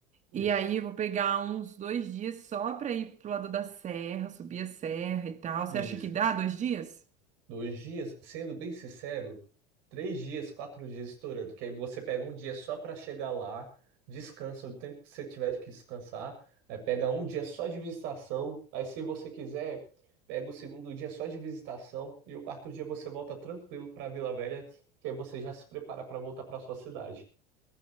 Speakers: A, on the right; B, on the right.
A: isso.
B: E aí eu vou pegar uns dois dias só para ir pro lado da serra, subir a serra e tal. Você
A: Isso.
B: acha que dá dois dias?
A: Dois dias, sendo bem sincero, três dias, quatro dias estourando, porque aí você pega um dia só para chegar lá, descansa o tempo que você tiver que descansar, aí pega um dia só de visitação, aí se você quiser, pega o segundo dia só de visitação e o quarto dia você volta tranquilo para Vila Velha, que aí você já se prepara para voltar para sua cidade.